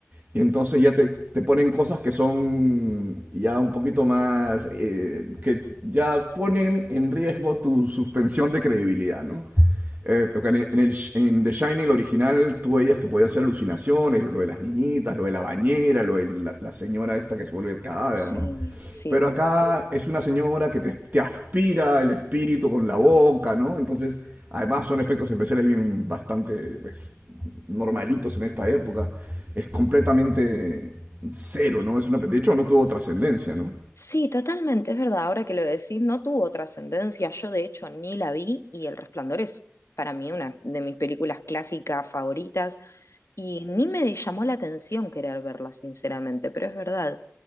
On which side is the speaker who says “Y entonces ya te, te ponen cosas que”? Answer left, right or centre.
Right